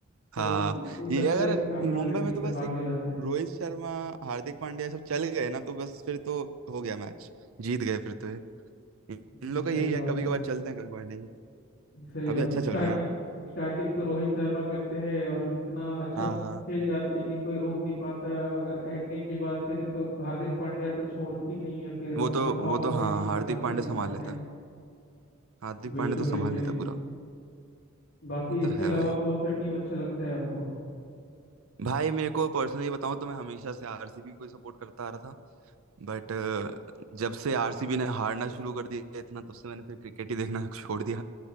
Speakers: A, on the left; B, on the right.
A: तो
B: हाँ
A: ऐसे ही
B: ये
A: लगता
B: अगर
A: है कि सामने
B: मुंबई
A: वाली
B: में
A: टीम
B: तो
A: पे
B: बस
A: हावी
B: एक
A: हो जाते हैं
B: रोहित शर्मा हार्दिक पांड्या सब चल गए ना तो बस फिर तो हो गया मैच जीत गए फिर तो इन
A: हम्म,
B: लोग
A: सही
B: का यही
A: बात
B: है कभी
A: है
B: कभार चलते हैं कभी कभार नहीं
A: सही
B: अभी
A: बात
B: अच्छा
A: है
B: चल
A: स्टार्टिंग
B: रहे हैं
A: स्टार्टिंग तो रोहित शर्मा करते हैं और इतना अच्छा
B: हाँ
A: खेल
B: हाँ
A: जाते हैं कि कोई रोक नहीं पाता है और अगर एंडिंग की बात करें तो हार्दिक पांड्या तो छोड़ते ही नहीं है फिर
B: वो
A: अपना
B: तो
A: पावर
B: वो तो
A: हिटिंग
B: हाँ हार्दिक
A: दिखाते
B: पांड्या
A: दिखाते
B: संभाल लेता
A: हैं
B: है हार्दिक
A: बिल्कुल
B: पांड्या तो संभाल
A: ऐसे
B: लेता
A: ही
B: पूरा
A: बाकी
B: ये तो
A: इसके
B: है
A: अलावा
B: भाई
A: कौन सा टीम अच्छा लगता है आपको
B: भाई मेरे को पर्सनली बताऊं तो मैं हमेशा से आरसीबी को सपोर्ट करता आ रहा था बट जब से आरसीबी ने हारना शुरू कर दिया इतना तब से मैंने फिर क्रिकेट ही देखना छोड़ दिया